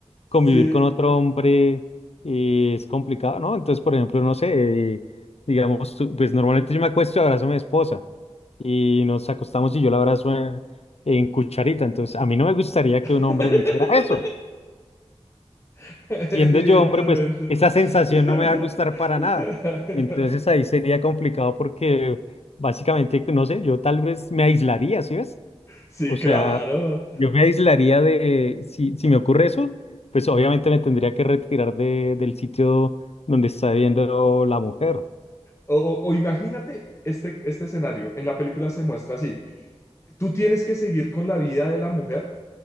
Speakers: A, on the left; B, on the left.
A: sí.
B: convivir con otro hombre eh, es complicado, ¿no? Entonces, por ejemplo, no sé, eh, digamos, tú- pues normalmente yo me acuesto y abrazo a mi esposa y nos acostamos y yo la abrazo en, en cucharita, entonces a mí no me gustaría
A: <laughs>
B: que un hombre me hiciera eso.
A: <laughs> Evidentemente.
B: Siendo yo hombre, pues esa sensación
A: <laughs>
B: no me va a gustar para nada. Entonces ahí sería complicado porque básicamente, no sé, yo tal vez me aislaría, ¿sí ves?
A: Sí,
B: O sea,
A: claro.
B: yo me aislaría de, si, si me ocurre eso, pues obviamente me tendría que retirar de, del sitio donde está viendo la mujer.
A: O, o- o imagínate este, este escenario. En la película se muestra así. Tú tienes que seguir con la vida de la mujer